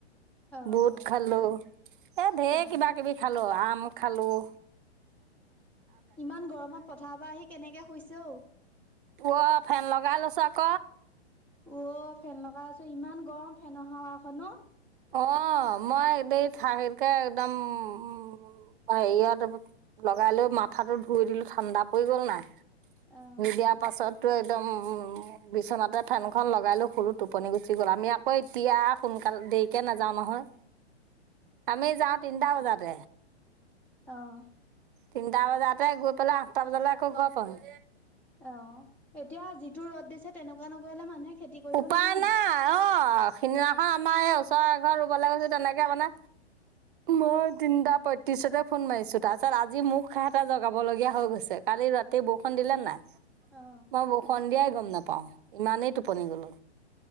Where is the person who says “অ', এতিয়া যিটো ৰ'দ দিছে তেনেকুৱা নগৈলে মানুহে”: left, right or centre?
Centre